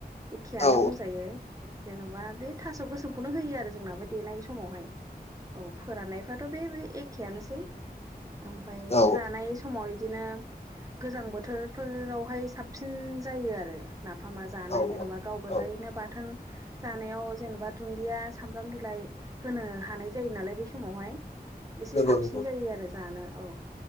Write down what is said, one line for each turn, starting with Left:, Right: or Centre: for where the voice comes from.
Right: एखेयानो
Left: औ
Right: बुंजायो जेन'बा बे थास' गोसोमखौनो होयो आरो जोंनाबो देनाय समावहाय औ फोराननायफ्रा थ' बे बे एखेआनोसै ओमफ्राय
Left: औ
Right: जानाय समाव बिदिनो गोजां बोथोरफोरावहाय साबसिन जायो आरो नाफामा जानो
Left: औ
Right: जेन'बा गाव गोजायैनो
Left: औ
Right: बाथोन जानायाव जेन'बा दुन्दिया सामब्राम बिलाइ होनो हानाय जायो नालाय बै समावहाय एसे
Left: नंगौ
Right: साबसिन
Left: नंगौ
Right: जायो आरो जानो औ